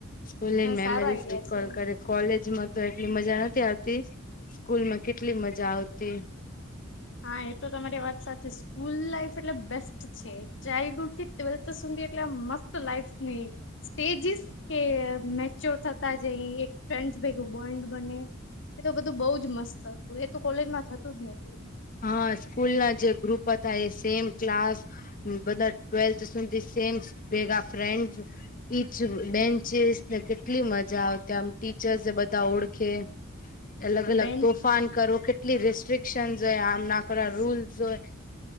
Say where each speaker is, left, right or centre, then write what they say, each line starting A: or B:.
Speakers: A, on the left (about 40°); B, on the left (about 60°).
A: સ્કૂલ મેમરીઝ
B: સારો આઈડિયા
A: રીકલ
B: છે
A: કરી કોલેજ માં તો એટલી મજા નથી આવતી સ્કૂલ માં કેટલી મજા આવતી.
B: હા એ તો તમારી વાત સાચી, સ્કૂલ લાાઈફ એટલે બેસ્ટ છે ચાઇલ્ડહુડ થી <unintelligible> સુધી એટલે આ મસ્ત લાઈફની સ્ટેજીસ કે મેચ્યોર થતા જ અહી એક ફ્રેન્ડ ભેગું બોન્ડ બને. એ તો બધું બઉજ મસ્ત હતું એ તો કોલેજમાં થતું જ નથી.
A: હા સ્કૂલ ના જે ગ્રુપ હતા એ સેમ ક્લાસ બધા ટ્વેલ્થ સુધી સેમ ભેગા ફ્રેન્ડ ઇચ બેન્ચિસ ને કેટલી મજા આવતી આમ ટીચર્સ બધા ઓળખે. અલગ અલગ
B: બેન્ચ
A: તોફાન કરો કે કેટલી રેસ્ટ્રિકશન્સ હોય આમના કરા રૂલ્સ હોય.